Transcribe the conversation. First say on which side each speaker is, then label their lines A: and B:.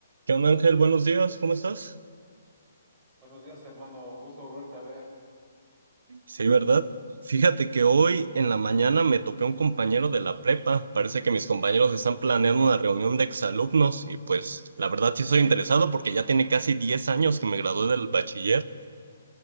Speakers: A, on the right; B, on the right.
A: ¿Qué onda, Ángel? Buenos días, ¿cómo estás?
B: Buenos días, hermano. Gusto volverte a ver.
A: Sí, ¿verdad? Fíjate que hoy en la mañana me topé a un compañero de la prepa. Parece que mis compañeros están planeando una reunión de exalumnos y pues la verdad sí estoy interesado porque ya tiene casi 10 años que me gradué del bachiller.